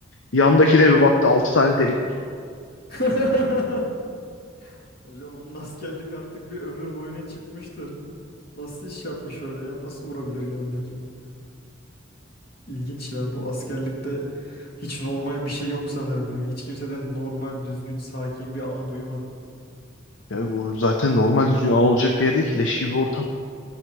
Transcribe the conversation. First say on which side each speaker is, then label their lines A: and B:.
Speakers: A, on the left; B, on the left.
A: Yandaki de bir baktı altı tane delik var.
B: <laughs> Hocam onun askerlik artık bir ömür boyuna çıkmıştır. Nasıl iş yapmış öyle ya? Nasıl vurabilir yanındakini? İlginç ya bu askerlikte hiç normal bir şey yok sanırım ya. Hiç kimseden normal, düzgün, sakin bir ana duymadım.
A: Ya bu zaten normal düzgün ağ olacak bir yerde ki leş gibi bir ortam.